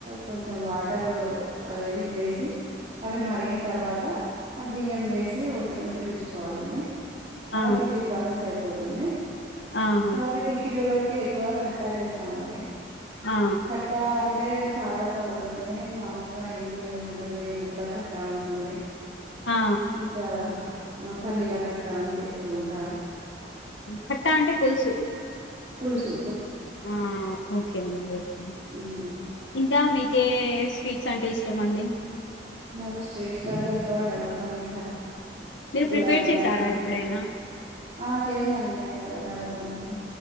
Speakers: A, on the right; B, on the left.
A: కొంచెం వాటరు వే వేసి అవి మరిగిన తర్వాత ఆ బియ్యం వేసి ఉడికి ఉడికించుకోవాలండి. అలా
B: ఆ
A: కిచిడి ప్రాసెస్ అయి పోతుంది
B: ఆహా
A: స అతే కచ్చ డోల ఎక్కువగా కట్టా చేస్తామండి
B: ఆ
A: ట్టా అంటే చాలా రకాలు ఉంటుంది మామూలుగా ఇమిలి ఏది ఉంటుంది నువ్వుల కట్టా ఉంటుంది
B: ఆ
A: ఇకా పల్లీల కట్ట అని చేస్తూ ఉంటారు
B: కట్టా అంటే పులుసు
A: పులుసుు
B: ఆ ఓకే మఓకే
A: హ్మ్.
B: ఇకా మీ స్వీట్స్ అంటే ఇష్టం అండి
A: నాకు స్వీట్స్లలో ఎకువ డబుల్కా మీఠా
B: మీరు
A: గులాబ్జామున్
B: ప్రిపేర్ చేసారా ఎప్పుడైనా
A: ఆ చేశానండి డబల్గా మీఠా